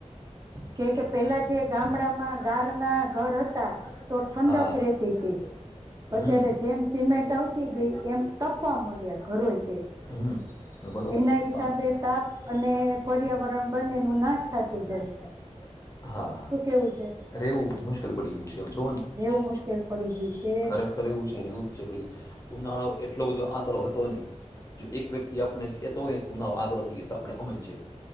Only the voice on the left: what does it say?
<inaudible>
<inaudible>
હા,
અરે! એવું મુશ્કેલ પડી ગયું છે, એમ જો.
ખરેખર એવું છે રેવું મુશ્કેલ પડી ગયું ઉનાળો એટલો બધો આકરો હતો. નહીં, જો એક વ્યક્તિ આપણને કહેતો હોય ને કે ઉનાળો આકરો છે, તો આપણે સમજીએ.